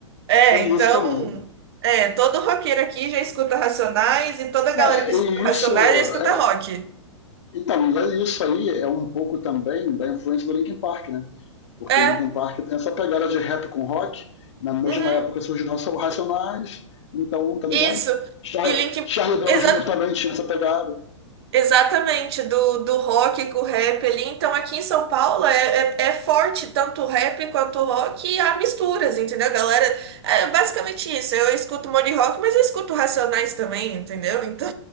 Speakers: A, on the right; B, on the left.
A: É,
B: Tem
A: então,
B: isso também.
A: é, todo roqueiro aqui já escuta Racionais e toda galera
B: Ah,
A: que
B: e
A: escuta Racionais
B: isso é,
A: já escuta rock.
B: Então, e é isso aí é um pouco também da influência do Linkin Park, né? Porque
A: É,
B: o Linkin Park tem essa pegada de rap com rock, na mesma
A: uhum,
B: época surgiram os Racionais, então, tá ligado?
A: isso.
B: Char
A: E Link,
B: Charlie Brown
A: exa-
B: Jr. também tinha essa pegada.
A: exatamente, do, do rock com o rap ali. Então, aqui em São Paulo é, é, é forte tanto o rap quanto o rock e há misturas, entendeu? Galera, é basicamente isso. Eu escuto um monte de rock, mas eu escuto Racionais também, entendeu? Então,